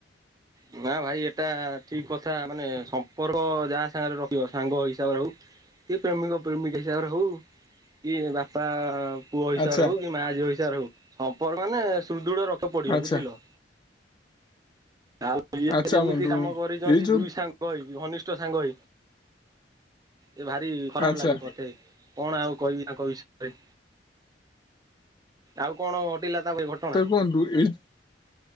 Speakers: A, on the right; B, on the left.
A: ହ ନା ଭାଇ ଏଟା ଠିକ୍ କଥା ମାନେ ସମ୍ପର୍କ ଯାହା ସାଙ୍ଗେରେ ରଖିବ ସାଙ୍ଗ ହିସାବରେ ହଉ କି ପ୍ରେମିକ ପ୍ରେମିକା ହିସାବରେ ହଉ କି ବାପା ପୁଅ ହିସାରେ
B: ଆଚ୍ଛା।
A: ହଉ କି ମା ଝିଅ ହିସାବାରେ ହଉ ସମ୍ପର୍କ ମାନେ ସୁଦୃଢ ରଖେ ପଡ଼ିବ
B: ଆଚ୍ଛା
A: ବୁଝିଲ, ଆଉ ଇଏ
B: ଆଚ୍ଛା
A: ଯେମିତି
B: ବନ୍ଧୁ
A: କାମ କରିଛନ୍ତି
B: ଏଇ ଯୋଉ
A: ଦୁଇ ସାଙ୍ଗ୍ ଙ୍ଗଇ ଘନିଷ୍ଠ ସାଙ୍ଗ ଏ ଭାରି ଖରାପ
B: ଆଚ୍ଛା
A: ଲାଗୁଛି ମତେ, କଣ ଆଉ କହିବି ତାଙ୍କ କହିବିୟରେ, ଆଉ କଣ ହଟିଲା ତା ପାଇଁ ଘଟଣା?
B: ନ୍ତୁ ଏଇ,